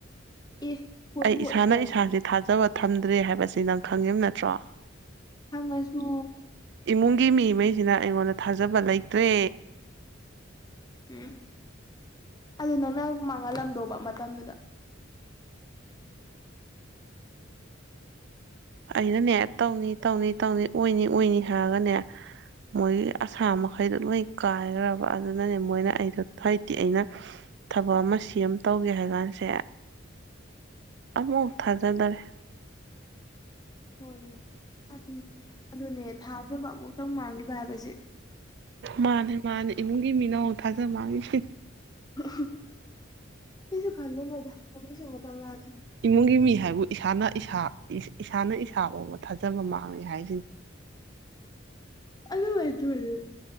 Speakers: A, on the left; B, on the right.
A: ꯑꯦ ꯍꯣꯠꯄꯨ
B: ꯑꯩ
A: ꯍꯣꯠꯅꯔꯗꯤ
B: ꯏꯁꯥꯅ ꯏꯁꯥꯥꯁꯦ ꯊꯥꯖꯕ ꯊꯝꯗ꯭ꯔꯦ ꯍꯥꯏꯕꯁꯤ ꯅꯪ ꯈꯪꯉꯤꯕ ꯅꯠꯇ꯭ꯔꯣ
A: ꯐꯪꯉꯁꯨ
B: ꯏꯃꯨꯡꯒꯤ ꯃꯤꯉꯩꯁꯤꯅ ꯑꯩꯉꯣꯟꯗ ꯊꯥꯖꯕ ꯂꯩꯇ꯭ꯔꯦ
A: ꯎꯝ ꯑꯗꯨ ꯅꯪꯅ ꯃꯥꯡꯍꯜꯂꯝꯗꯧꯕ ꯃꯇꯝꯗꯨꯗ
B: ꯑꯩꯅꯅꯦ ꯇꯧꯅꯤ ꯇꯧꯅꯤ ꯇꯧꯅꯤ ꯑꯣꯏꯅꯤ ꯑꯣꯏꯅꯤ ꯍꯥꯏꯔꯒꯅꯦ ꯃꯣꯏꯒꯤ ꯑꯁꯥ ꯃꯈꯩꯗꯣ ꯂꯣꯏ ꯀꯥꯏꯈ꯭ꯔꯕ ꯑꯗꯨꯅꯅꯦ ꯃꯣꯏꯅ ꯑꯩꯗ ꯊꯣꯏꯗꯤ ꯑꯩꯅ ꯊꯕꯛ ꯑꯃ ꯁꯦꯝ ꯑꯃ ꯇꯧꯒꯦ ꯍꯥꯏ ꯀꯥꯟꯁꯦ ꯑꯃꯨꯐꯥꯎ ꯊꯥꯖꯗꯔꯦ
A: ꯍꯣꯏꯌꯦ ꯐꯗꯤ ꯑꯗꯨꯅꯦ ꯊꯥꯖꯕ ꯑꯃꯨꯛꯇꯪ ꯃꯥꯡꯈꯤꯕ ꯍꯥꯏꯕꯁꯦ
B: ꯃꯥꯅꯦ ꯃꯥꯅꯦ ꯏꯃꯨꯡꯒꯤ ꯃꯤꯅ ꯊꯥꯖꯕ ꯃꯥꯡꯉꯤꯁꯤ
A: <unintelligible> ꯀꯩꯁꯨ ꯈꯜꯂꯨꯅꯨꯗ ꯃꯣꯏꯒꯤꯁꯨ ꯃꯇꯝ ꯂꯥꯛꯈꯤꯅꯤ
B: ꯏꯃꯨꯡꯒꯤ ꯃꯤ ꯍꯥꯏꯕꯨ ꯏꯁꯥꯅ ꯏꯁꯥ ꯏꯁꯥꯅ ꯏꯁꯥ ꯐꯥꯎꯕ ꯊꯥꯖꯕ ꯃꯥꯡꯉꯦ ꯍꯥꯏꯁꯤꯅꯤ
A: ꯑꯗꯨꯃꯥꯏ